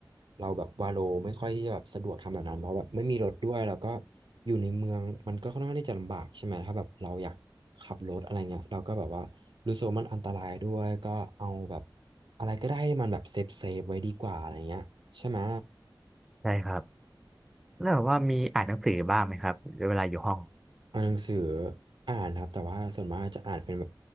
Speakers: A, on the right (about 75°); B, in the centre.
A: เราแบบวาโลไม่ค่อยที่จะแบบสะดวกทำแบบนั้นเพราะแบบไม่มีรถด้วยแล้วก็อยู่ในเมืองมันก็ค่อนข้างที่จะลำบากใช่ไหมถ้าแบบเราอยากขับรถอะไรเงี้ยเราก็แบบว่ารู้สึกว่ามันอันตรายด้วยก็เอาแบบอะไรก็ได้ให้มันแบบเซฟเซฟไว้ดีกว่าอะไรเงี้ยใช่ไหม
B: ใช่ครับแล้วแบบว่ามีอ่านหนังสือบ้างไหมครับเวลาอยู่ห้อง
A: อ่านหนังสืออ่านครับแต่ว่าส่วนมากจะอ่านเป็นแบบ